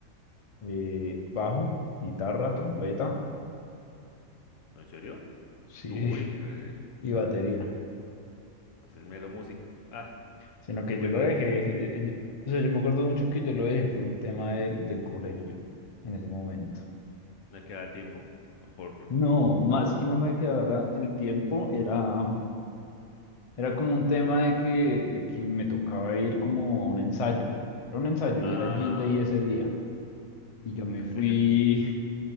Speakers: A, on the left; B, on the left.
A: eh, bajo, guitarra,
B: Uy,
A: trompeta,
B: ¿no, ¿en serio?
A: sí,
B: Uy,
A: <laughs>
B: re-
A: y batería,
B: es el mero músico. Ah,
A: sino
B: uy,
A: que yo lo
B: re
A: dejé,
B: bien.
A: eh, eh, o sea, yo me acuerdo mucho que yo lo dejé por un tema del, del colegio en ese momento.
B: No queda el tiempo por otra
A: No, más
B: cosa.
A: que no me quedara el tiempo, era, era como un tema de que, de que me tocaba ir como a un ensayo, era un ensayo
B: Ah.
A: y era Jean Day ese día,
B: <laughs>
A: y yo me fui.